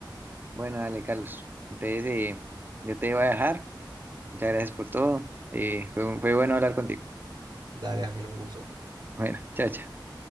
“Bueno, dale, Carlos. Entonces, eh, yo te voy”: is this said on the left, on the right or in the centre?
Right